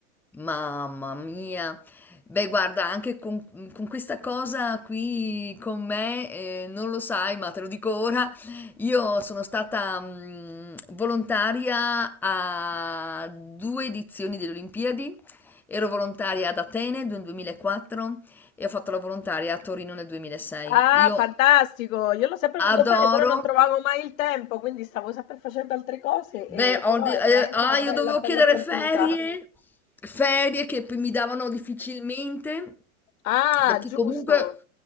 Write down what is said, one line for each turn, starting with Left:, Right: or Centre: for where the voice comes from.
Centre: Mamma mia. Beh, guarda, anche con, con questa cosa qui con me, eh, non lo sai, ma te lo dico ora, io sono stata mm, volontaria a due edizioni delle Olimpiadi. Ero volontaria ad Atene nel 2004 e ho fatto la volontaria a Torino nel 2006.
Left: Ah,
Centre: Io
Left: fantastico! Io l'ho sempre voluto
Centre: adoro.
Left: fare, però non trovavo mai il tempo, quindi stavo sempre facendo altre cose,
Centre: Beh,
Left: e-
Centre: ho
Left: però
Centre: de-
Left: è
Centre: eh,
Left: veramente
Centre: ah,
Left: una bella,
Centre: io dovevo
Left: bella
Centre: chiedere
Left: opportunità.
Centre: ferie, ferie che p- mi davano difficilmente,
Left: Ah,
Centre: perché
Left: giusto!
Centre: comunque,